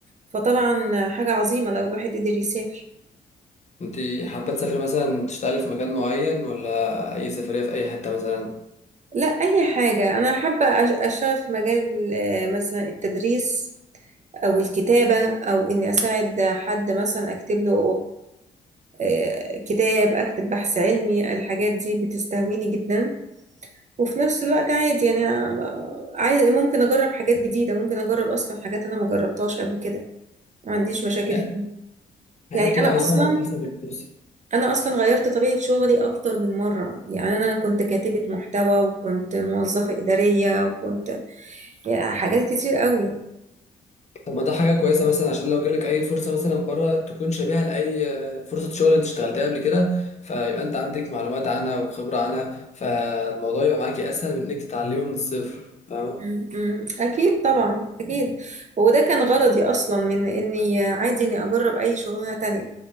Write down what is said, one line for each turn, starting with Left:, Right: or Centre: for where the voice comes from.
Right: فطبعا حاجه عظيمه لو الواحد قدر يسافر
Left: انت حابة تسافر مثلا تشتغلي في مكان معين ولا أي سفرية في أي حتة مثلا؟
Right: لا اي حاجه انا حابه أش- اشتغل في مجال آه، مثلا التدريس او الكتابه او اني اساعد حد مثلا اكتب له آه، كتاب أكتب بحث علمي الحاجات دي بتستهويني جدا وفي نفس الوقت عادي يعني أنا- عايز ممكن أجرب حاجات جديدة ممكن أجرب أصلا حاجات أنا ما جربتهاش قبل كده ما عنديش مشاكل
Left: لا
Right: فيها
Left: هي
Right: يعني
Left: بتبقى
Right: أنا
Left: مثلا
Right: أصلا
Left: على حسب الفرصة
Right: أنا أصلا غيرت طبيعة شغلي أكتر من مرة يعني أنا كنت كاتبة محتوى وكنت موظفة إدارية وكنت يعني حاجات كتير قوي
Left: طب ما ده حاجة كويسة مثلا عشان لو جالك أي فرصة مثلا بره تكون شبيهة لأي آه، فرصة شغل انت اشتغلتها قبل كده فيبقى انت عندك معلومات عنها وخبرة عنها فالموضوع يبقى معاكي أسهل من انك تتعلمي من الصفر فاهمة؟
Right: م- م. أكيد طبعا أكيد وده كان غرضي أصلا من إني عادي إني أجرب أي شغلانة تانية